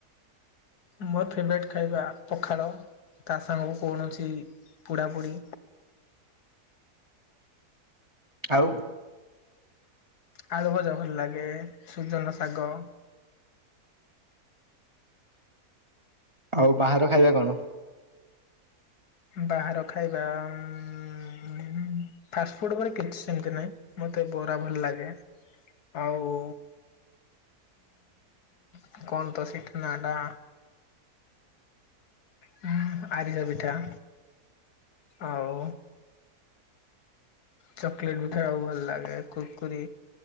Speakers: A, on the left; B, on the right.
A: ମୋର ଫେବରାଇଟ୍ ଖାଇବା ପଖାଳ। ତା ସାଙ୍ଗକୁ କୌଣସି ପୋଡାପୁଡ଼ି।
B: ଆଉ?
A: ଆଳୁ ଭଜା ଭଲ ଲାଗେ ସୁଜୁନା ଶାଗ।
B: ଆଉ ବାହାର ଖାଇବା କଣ?
A: ବାହାର ଖାଇବା ଉମ ଫାଷ୍ଟଫୁଡ ଉପରେ କିଛି ସେମିତି ନାହିଁ। ମତେ ବରା ଭଲ ଲାଗେ। ଆଉ ହୁଁ କଣ ତ ସେଇଟା ନାଁ ଟା? ହଁ ଆରିସା ପିଠା। ଆଉ। ଚକୋଲେଟ ବି ଖାଇବାକୁ ଭଲ ଲାଗେ, କୁରକୁରି